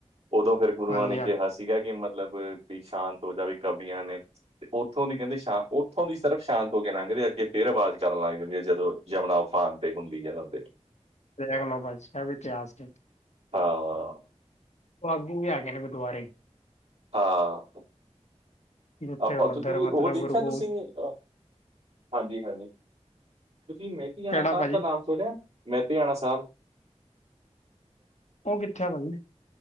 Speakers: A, on the right; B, on the left.
A: ਉਦੋਂ ਫਿਰ ਗੁਰੂਆਂ
B: ਹਾਂਜੀ
A: ਨੇ ਕਿਹਾ
B: ਹਾਂਜੀ
A: ਸੀਗਾ, ਕਿ ਮਤਲਬ ਵੀ ਸ਼ਾਂਤ ਹੋ ਜਾਵੇ ਕਵੀਆਂ ਨੇ, ਤੇ ਉੱਥੋਂ ਦੀ ਕਹਿੰਦੇ ਸ਼ਾ ਓ ਉੱਥੋਂ ਵੀ ਸਿਰਫ਼ ਸ਼ਾਂਤ ਹੋ ਕੇ ਲੰਘ ਰੇਆ, ਅੱਗੇ ਫੇਰ ਆਵਾਜ਼ ਕਰਨ ਲੱਗ ਜਾਂਦੀ ਏ, ਜਦੋਂ ਜਮੁਨਾ ਉਫ਼ਾਨ ਤੇ ਹੁੰਦੀ ਆ ਆਪ ਦੇ
B: ਦੇਖ ਲਓ ਭਾਜੀ, ਇਹ ਵੀ ਇਤਿਹਾਸ ਜੇ।
A: ਆਂ।
B: ਅੱਗੇ ਵੀ ਹੈਗੇ ਨੇ ਗੁਰਦੁਆਰੇ।
A: ਹਾਂ,
B: ਜਿੱਥੇ
A: ਆਪਾਂ
B: ਉਧਰ
A: ਤੁਹੀਂ ਉਹ
B: ਮਤਲਬ
A: ਦੇਖਿਆ
B: ਗੁਰੂ ਗੋਬਿੰਦ
A: ਤੁਸੀਂ ਅ ਹਾਂਜੀ-ਹਾਂਜੀ, ਤੁਸੀਂ ਮੇਹਤੇਆਣਾ
B: ਕਿਹੜਾ
A: ਸਾਬ
B: ਭਾਜੀ
A: ਦਾ ਨਾਮ ਸੁਣਿਆ? ਮੇਹਤੇਆਣਾ ਸਾਬ
B: ਉਹ ਕਿੱਥੇ ਏ ਭਾਜੀ?